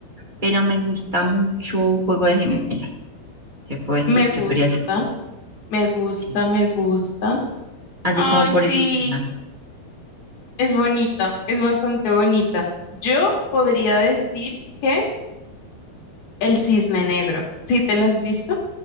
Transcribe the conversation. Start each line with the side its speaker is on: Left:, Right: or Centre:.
Right: pero me gusta mucho Juego de Gemelas. Se puede decir
Left: me gusta,
Right: que podría ser,
Left: me gusta,
Right: sí,
Left: me gusta.
Right: así
Left: Ay,
Right: como por
Left: sí,
Right: elegir una.
Left: es bonita, es bastante bonita. Yo podría decir que El Cisne Negro, si te la has visto,